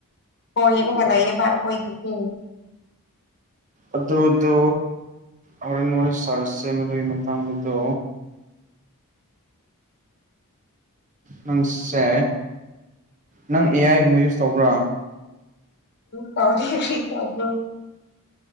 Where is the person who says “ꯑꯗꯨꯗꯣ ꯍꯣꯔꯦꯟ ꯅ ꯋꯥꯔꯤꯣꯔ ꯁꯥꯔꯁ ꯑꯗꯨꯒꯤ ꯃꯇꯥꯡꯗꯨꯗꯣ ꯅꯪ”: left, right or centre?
Right